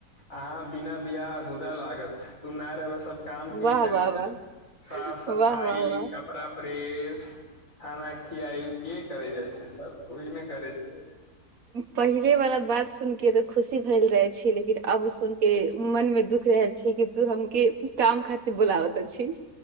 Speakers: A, on the left; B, on the right.
A: अहाँ बिना बियाह अधूरा लागत तू नहि रहबह सब काम की
B: वाह
A: करी
B: वाह
A: त
B: वाह
A: साफ सफाइ
B: वाह वाह वाह
A: क परा परेश खाना खियाइ के करे जा छै सब ओ ने करे छै
B: पहिले वाला बात सुन के तऽ खुशी भेल रहे छी लेकिन अब सुन के मन मे दुःख रहल छी कि तू हम के काम खातिर बोलाबत छी